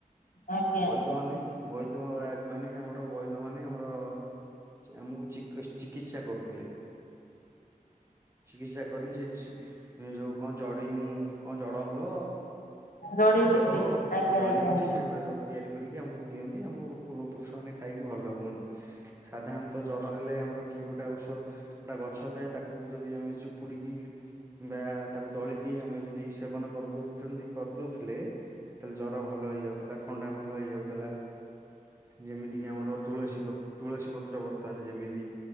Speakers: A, on the left (about 70°); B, on the right (about 20°).
A: ଆଜ୍ଞା
B: ବୈଦ ମାନେ ବୈଧ ରାଜ ମାନେ ଆମର ବୈଧ ମାନେ ଆମର ଆମକୁ ଚିକିତ୍ସା କରୁଥିଲେ। ଚିକିତ୍ସା କରି ସେ ଯୋଉ। ଆ କଣ ଜଡି କଣ ଜଡ ମୂଳ
A: ଜଡିିବୁଟି
B: ଚେର
A: ଆଜ୍ଞା
B: ଜଡିିବୁଟି
A: ଆଜ୍ଞା
B: ସେଗୁଡା ସବୁ ତିଆରି କରିକି ଆମକୁ ଦିଅନ୍ତି ଆମ ପୂର୍ବ ପୁରୁଷ ମାନେ ଖାଇକି ଭଲ ହୁଅନ୍ତି। ସାଧାରଣତଃ ଜର ହେଲେ ଆମର କି ଗୋଟେ ଔଷ ଗୋଟେ ଗଛ ଥାଏ ତାକୁ ଯଦି ଆମେ ଚୁପୁଡ଼ିକି ବା ତାକୁ ଦଳିକି ଆମେ ଯଦି ସେବନ କରିଦଉଛନ୍ତି କରିଦଉଥିଲେ ତାହେଲେ ଜର ଭଲ ହେଇଯାଉଥିଲା ଥଣ୍ଡା ଭଲ ହେଇଯାଉଥିଲା ଯେମିତିକି ଆମର ତୁଳସୀ ପତ୍ର ତୁଳସୀ ପତ୍ର ବର୍ତ୍ତମାନ ଯେମିତି